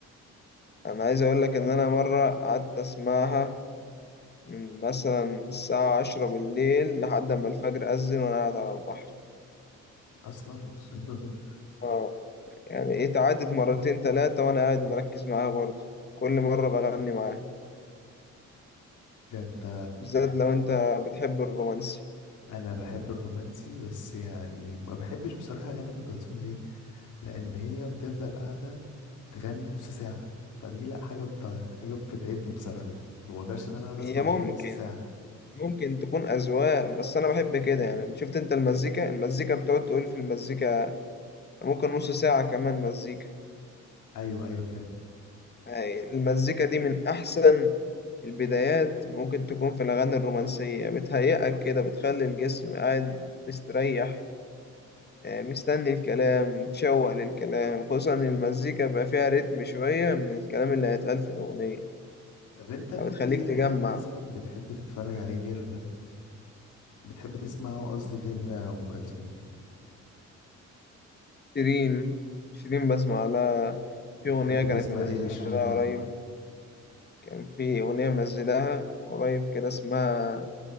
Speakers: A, on the left (about 35°); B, on the left (about 80°).
A: أنا عايز أقول لك إن أنا مرة قعدت أسمعها من مثلا الساعة عشرة بالليل لحد ما الفجر أذن وأنا قاعد على البحر
B: اصلا <laughs>
A: اه يعني إيه تعدت مرتين تلاتة وأنا قاعد مركز معاها برضه كل مرة بغني معاها
B: ده انت
A: بالذات لو أنت بتحب الرومانسي
B: انا بحب الرومانسي بس يعني ما بحبش بصراحه اغاني ام كلثوم ليه؟ لان هي بتفضل قاعده تغني نص ساعه فدي لا حاجه بت... حاجه بتتعبني بصراحه ما بقدرش ان انا اقعد اسمع
A: هي
B: اغنيه
A: ممكن
B: نص ساعه
A: ممكن تكون أذواق بس أنا بحب كده يعني شفت أنت المزيكا المزيكا بتقعد تقول في المزيكا ممكن نص ساعة كمان مزيكا
B: ايوه ايوه فاهم
A: هاي المزيكا دي من أحسن البدايات ممكن تكون في الأغاني الرومانسية بتهيئك كده بتخلي الجسم قاعد مستريح آه، مستني الكلام متشوق للكلام خصوصا إن المزيكا بقى فيها رتم شوية من الكلام اللي هيتقال في الأغنية
B: طب انت في
A: فبتخليك
B: ايه
A: تجمع
B: تاني مثلا بتحب تتفرج عليه غير بتحب تسمعه قصدي غير ام كلثوم
A: شيرين شيرين بسمع لها
B: بتحب
A: في أغنية كانت
B: تسمع
A: منزلها
B: ايه لشيرين طيب
A: قريب كان في أغنية منزلها قريب كده اسمها